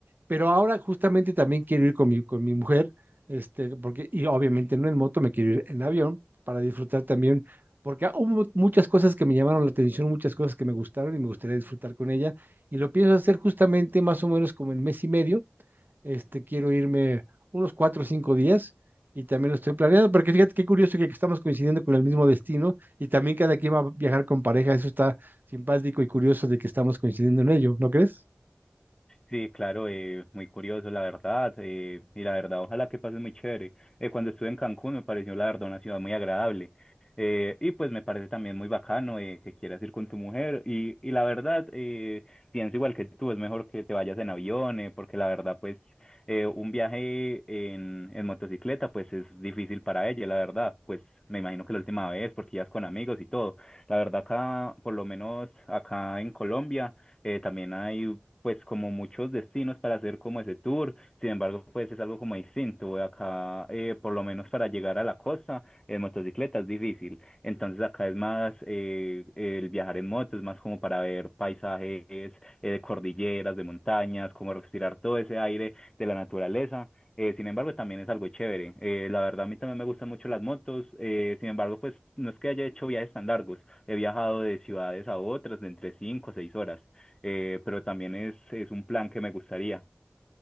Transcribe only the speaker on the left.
Sí, claro, eh, muy curioso, la verdad, eh, y la verdad, ojalá que pase muy chévere. Eh, cuando estuve en Cancún me pareció, la verdad, una ciudad muy agradable. Eh, y pues me parece también muy bacano eh, que quieras ir con tu mujer. Y, y la verdad, eh, pienso igual que tú, es mejor que te vayas en avión, eh, porque la verdad, pues eh, un viaje en, en motocicleta, pues es difícil para ella, la verdad, pues me imagino que la última vez, porque ya es con amigos y todo. La verdad, acá, por lo menos acá en Colombia, eh, también hay pues como muchos destinos para hacer como ese tour, sin embargo pues es algo como distinto, acá eh, por lo menos para llegar a la costa en motocicleta es difícil, entonces acá es más eh, el viajar en moto, es más como para ver paisajes eh, de cordilleras, de montañas, como respirar todo ese aire de la naturaleza. Eh, sin embargo, también es algo chévere. Eh, la verdad, a mí también me gustan mucho las motos. Eh, sin embargo, pues no es que haya hecho viajes tan largos. He viajado de ciudades a otras de entre cinco o seis horas eh, pero también es, es un plan que me gustaría.